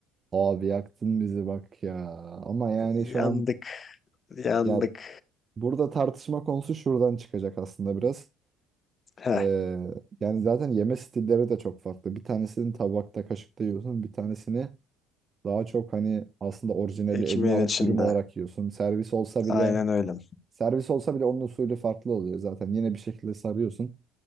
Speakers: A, on the right; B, on the left.
A: Abi yaktın bizi bak ya. Ama yani
B: Yandık
A: şu an
B: yandık.
A: ya Burada tartışma konusu şuradan çıkacak aslında biraz.
B: Heh.
A: Ee, yani zaten yeme stilleri de çok farklı. Bir tanesini tabakta, kaşıkta yiyorsun. Bir tanesini daha çok hani aslında orijinali
B: Ekmeğin
A: eline alıp
B: içinde.
A: dürüm olarak yiyorsun. Servis olsa bile
B: Aynen öyle.
A: servis olsa bile onun usulü farklı oluyor zaten. Yine bir şekilde sarıyorsun.